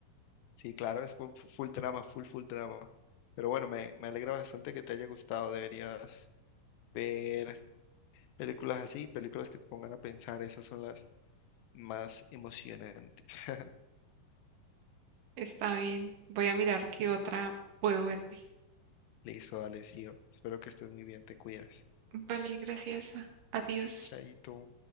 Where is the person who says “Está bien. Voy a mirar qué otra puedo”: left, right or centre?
Right